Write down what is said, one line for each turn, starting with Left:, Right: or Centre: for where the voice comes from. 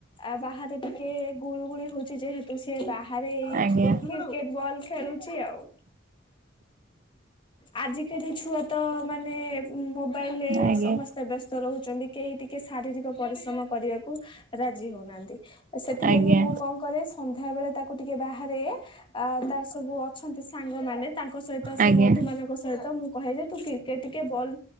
Left: ଆ ବାହାରେ ଟିକେ ଗୁଳୁଗୁଳି ହଉଛି ଯେହେତୁ ସେ ବାହାରେ ଏଇ
Right: ଆଜ୍ଞା
Left: <inaudible> କ୍ରିକେଟ ବଲ ଖେଳୁଛି ଆଉ। ଆଜିକାଲି ଛୁଆ ତ ମାନେ ମୋବାଇଲରେ
Right: ଆଜ୍ଞା
Left: ସମସ୍ତେ ବ୍ୟସ୍ତ ରହୁ ଛନ୍ତି। କେହି ଟିକେ ଶାରୀରିକ ପରିଶ୍ରମ କରିବାକୁ ରାଜି ହଉନାହାନ୍ତି। ସେଥିଲାଗି
Right: ଆଜ୍ଞା
Left: ମୁଁ କଣ କରେ ସନ୍ଧ୍ୟାବେଳେ ତାକୁ ଟିକେ ବାହାରେ, ଅ ତାର ସବୁ ଅଛନ୍ତି ସାଙ୍ଗମାନେ ତାଙ୍କ ସହିତ ସେ
Right: ଆଜ୍ଞା
Left: ବନ୍ଧୁମାନଙ୍କ ସହିତ ମୁଁ କହେ ଯେ ତୁ କ୍ରିକେଟ ଟିକେ ବଲ୍